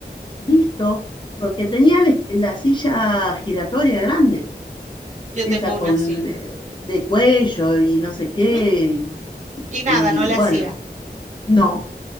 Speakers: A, on the left; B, on the right.
A: listo, porque tenía la la silla giratoria grande.
B: Yo
A: esa
B: tengo una
A: con
B: así.
A: eh, de cuello y no sé qué,
B: Ujú.
A: y,
B: Y nada,
A: y,
B: no le
A: bueno,
B: hacía.
A: no,